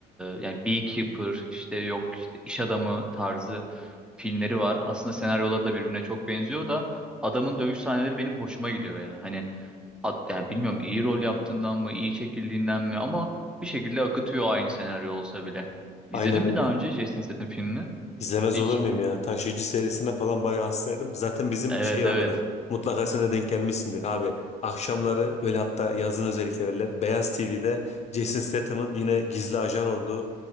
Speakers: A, in the centre; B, on the left (about 40°).
A: yani Beekeeper işte yok işte iş adamı tarzı filmleri var. Aslında senaryoları da birbirine çok benziyor da adamın dövüş sahneleri benim hoşuma gidiyor ya. Hani At yani bilmiyorum iyi rol yaptığından mı, iyi çekildiğinden mi ama bir şekilde akıtıyor aynı senaryo olsa bile. İzledin
B: Aynen
A: mi
B: öyle.
A: daha önce Jason Statham filmini?
B: İzlemez
A: Hiç.
B: olur muyum ya? Taşıyıcı serisine falan bayağı hastaydım. Zaten bizim
A: Evet
B: şey
A: evet.
B: vardı. Mutlaka sen de denk gelmişsindir abi. Akşamları böyle hatta yazın özellikle verirler. Beyaz TV'de Jason Statham'ın yine gizli ajan olduğu